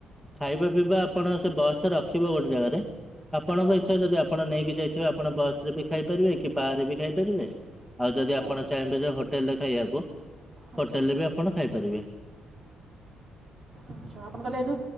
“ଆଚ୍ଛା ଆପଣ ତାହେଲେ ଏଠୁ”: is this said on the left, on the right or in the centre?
Right